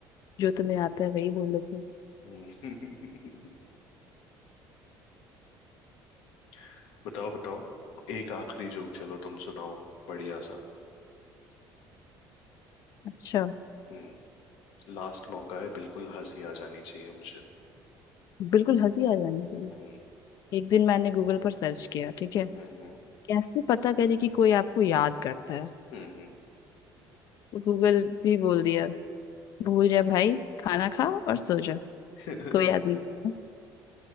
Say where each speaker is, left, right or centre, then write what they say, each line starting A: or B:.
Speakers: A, on the left (about 50°); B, on the left (about 75°).
A: जो तुम्हें आता है वही बोलोगे
B: हम्म। <laughs> बताओ बताओ एक आखिरी जोक चलो तुम सुनाओ बढ़िया सा
A: अच्छा
B: हम्म लास्ट मौका है बिल्कुल हंसी आ जानी चाहिए मुझे
A: बिल्कुल हंसी आ जानी चाहिए
B: हम्म
A: एक दिन मैंने गूगल पर सर्च किया ठीक है
B: हम्म
A: कैसे पता करे कि कोई आपको याद करता है
B: हम्म
A: तो गूगल भी बोल दिया भूल जाए भाई खाना खा और सो जा
B: हम्म।
A: कोई याद नहीं करता।